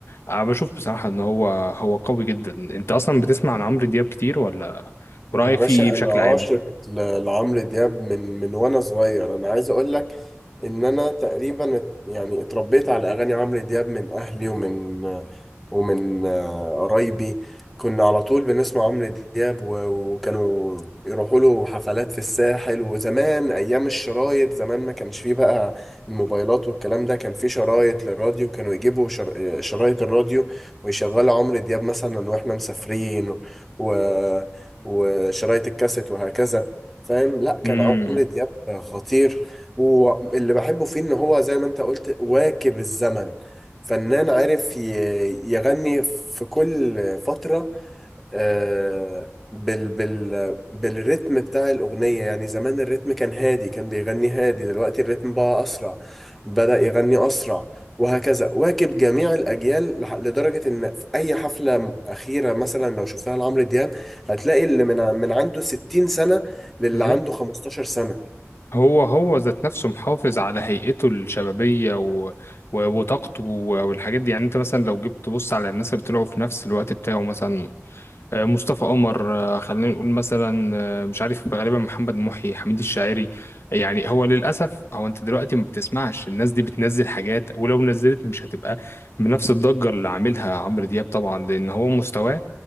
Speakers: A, on the left; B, in the centre.
A: أنا بشوف بصراحة إن هو هو قوي جدا أنت أصلا بتسمع عن عمرو دياب كتير ولا ورأيك
B: يا باشا
A: فيه إيه بشكل
B: انا
A: عام؟
B: عاشق ل- لعمرو دياب من من وانا صغير انا عايز اقول لك ان انا تقريبا ات- يعني اتربيت على اغاني عمرو دياب من اهلي ومن ومن آه، قرايبي كنا على طول بنسمع عمرو دياب و- وكانوا يروحوا له حفلات في الساحل وزمان ايام الشرايط زمان ما كانش فيه بقى الموبايلات والكلام ده كان فيه شرايط للراديو كانوا يجيبوا شر- شرايط الراديو ويشغلوا عمرو دياب مثلا واحنا مسافرين و... وشرايط الكاسيت وهكذا فاهم لا كان
A: امم
B: عمرو دياب خطير واللي بحبه فيه ان هو زي ما انت قلت واكب الزمن فنان عارف ي- يغني في كل فترة آه، بال بال بالريتم بتاع الأغنية يعني زمان الريتم كان هادي كان بيغني هادي دلوقتي الريتم بقى أسرع بدأ يغني أسرع وهكذا واكب جميع الأجيال لح- لدرجة إن في أي حفلة م- أخيرة مثلا لو شفتها لعمرو دياب هتلاقي اللي من ع- من عنده 60 سنة للي
A: بالظبط
B: عنده 15 سنة
A: هو هو ذات نفسه محافظ على هيئته الشبابية و... و... وطاقته و- والحاجات دي يعني انت مثلا لو جيت تبص على الناس اللي طلعوا في نفس الوقت بتاعه مثلا آه، مصطفى قمر آه، خلينا نقول مثلا آه، مش عارف غالبا محمد محي حميد الشاعري يعني هو للأسف هو أنت دلوقتي ما بتسمعش الناس دي بتنزل حاجات ولو نزلت مش هتبقى بنفس الضجة اللي عاملها عمرو دياب طبعا لأن هو مستواه